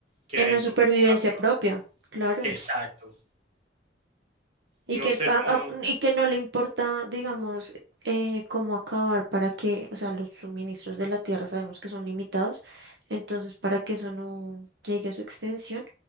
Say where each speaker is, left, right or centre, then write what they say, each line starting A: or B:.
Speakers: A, on the right; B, on the right.
A: que
B: En
A: hay
B: la
A: sobrepoblación.
B: supervivencia propia, claro.
A: Exacto.
B: Y
A: No
B: que,
A: sé
B: a-
A: cómo
B: a- y que no le importa, digamos, eh, cómo acabar para que, o sea, los suministros de la tierra sabemos que son limitados, entonces para que eso no llegue a su extensión,